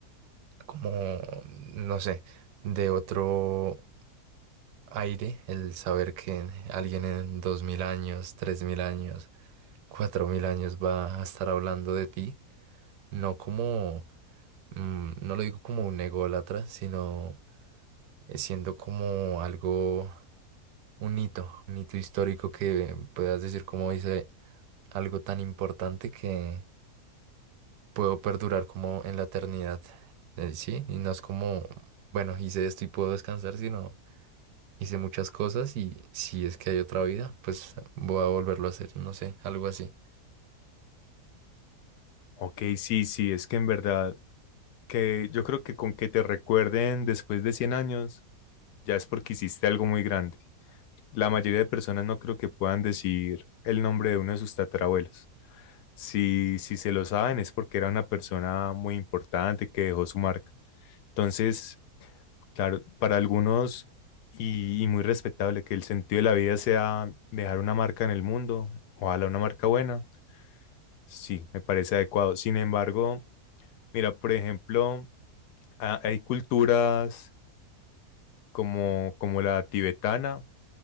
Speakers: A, on the right; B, on the left.
A: como, mm, no sé, de otro aire el saber que alguien en dos mil años, tres mil años, cuatro mil años va a estar hablando de ti. No como, mm, no lo digo como un ególatra, sino eh, siendo como algo, un hito, un hito histórico que puedas decir como dice algo tan importante que. puedo perdurar como en la eternidad, eh, ¿sí? Y no es como, bueno, hice esto y puedo descansar, sino hice muchas cosas y si es que hay otra vida, pues voy a volverlo a hacer, no sé, algo así.
B: Ok, sí, sí, es que en verdad, que yo creo que con que te recuerden después de 100 años, ya es porque hiciste algo muy grande. La mayoría de personas no creo que puedan decir el nombre de uno de sus tatarabuelos. Si, si se lo saben es porque era una persona muy importante que dejó su marca. Entonces, Claro, para algunos y, y muy respetable que el sentido de la vida sea dejar una marca en el mundo, ojalá una marca buena, sí, me parece adecuado. Sin embargo, mira, por ejemplo, ha- hay culturas como, como la tibetana,